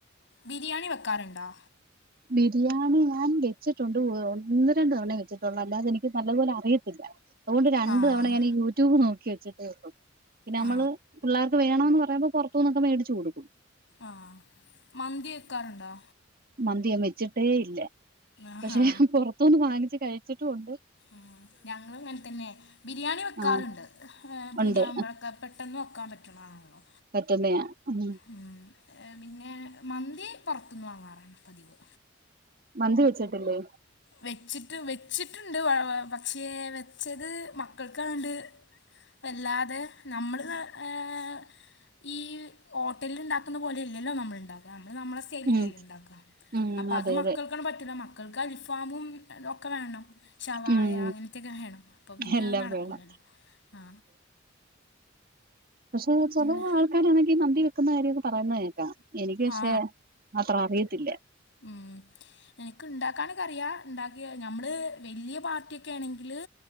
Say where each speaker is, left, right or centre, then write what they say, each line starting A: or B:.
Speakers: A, on the left; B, on the right.
A: ബിരിയാണി വെക്കാറുണ്ടോ
B: ബിരിയാണി ഞാൻ വെച്ചിട്ടുണ്ട് ഒന്ന് രണ്ട് തവണയേ വെച്ചിട്ടുള്ളൂ അല്ലാതെനിക്ക് നല്ലപോലെ അറിയത്തില്ല അതുകൊണ്ട് രണ്ട്
A: ആഹ്
B: തവണ ഞനെ യൂട്യൂബ് നോക്കി വച്ചിട്ടേള്ളു പിന്നെ നമ്മള്
A: ആ
B: പിള്ളേർക്ക് വേണമെന്ന് പറയുമ്പോ പുറത്തൂന്നോക്കേ മേടച്ച് കൊടുക്കും
A: ആഹ് മന്തി വെക്കാറുണ്ടോ
B: മന്തിയ വച്ചിട്ടേ ഇല്ല
A: ആഹാ
B: പക്ഷെഞൻ പുറത്തനിന്ന് വാങ്ങിച്ച് കഴിച്ചിട്ടുണ്ട്
A: മ് ഞങ്ങളും ഇങ്ങനെ തന്നെ ബിരിയാണി വെക്കാറുണ്ട്
B: ആ
A: പുതിയാവുമ്പോഴൊക്കെ
B: ഉണ്ട്
A: പെട്ടെന്ന് വെക്കാൻ പറ്റണതാണല്ലോ
B: പറ്റുന്നെയാ ഉം
A: ഉം ഏ പിന്നെ മന്തി പുറത്തുന്ന് വാങ്ങാറാണ് പതിവ്
B: മന്തി വെച്ചിട്ടില്ലേ
A: വെച്ചിട്ട് വെച്ചിട്ടുണ്ട് പക്ഷേ വെച്ചത് മക്കൾക്കാണ്ട് വല്ലാതെ നമ്മള് ഏ ഹ് ഈ ഹോട്ടലിൽ ഉണ്ടാക്കുന്ന പോലെല്ലല്ലോ നമ്മൾ ഉണ്ടാക്കു നമ്മള് നമ്മുടെ സ്റ്റൈലിലല്ലേ
B: ഉം
A: ഉണ്ടാക്കുക
B: ഉം
A: അപ്പ
B: അതെ
A: അത് മക്കൾക്കാണ്
B: അതെ
A: പറ്റില്ല മക്കൾക്ക് അലിഫാമും അതൊ ഒക്കെ വേണം ശവായ
B: ഉം
A: അങ്ങനത്തൊക്കെ വേണം അപ്പോൾ പിന്നെത്
B: എല്ലാം
A: നടക്കലല്ലോ
B: വേണം
A: ആ
B: പക്ഷെ ചെല
A: പിന്നെ
B: ആൾക്കാരാണെങ്കിൽ മന്തി വെക്കുന്ന കാര്യൊക്കെ പറയുന്നത് കേക്കാം എനിക്ക് പക്ഷേ
A: ആ
B: അത്ര അറിയത്തില്ല
A: ഉം എനക്ക് ഉണ്ടാക്കാനൊക്കറിയ ഉണ്ടാക്കിയ നമ്മള് വലിയ പാർട്ടിയൊക്കെ ആണെങ്കില്